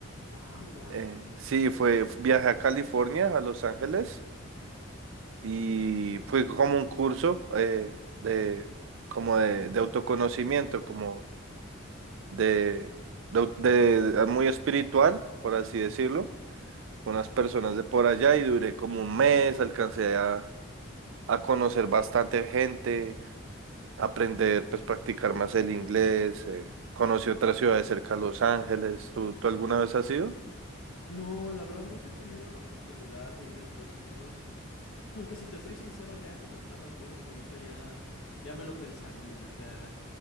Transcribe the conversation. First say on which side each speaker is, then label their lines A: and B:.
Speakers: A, on the left; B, on the right.
A: Ah, la...
B: Eh, sí, fue, viajé a California, a Los Ángeles, y fue como un curso eh, de, como de, de autoconocimiento, como de, de, de- muy espiritual, por así decirlo, con unas personas de por allá y duré como un mes, alcancé a, a conocer bastante gente, aprender, pues practicar más el inglés, eh, conocí otras ciudades cerca a Los Ángeles. ¿Tú, tú alguna vez has ido?
A: No, la verdad nunca he tenido la oportunidad de ir a Estados Unidos. Aunque si te soy sincero, ya como están las cosas ahorita, ya, ya me lo pensaría, ya.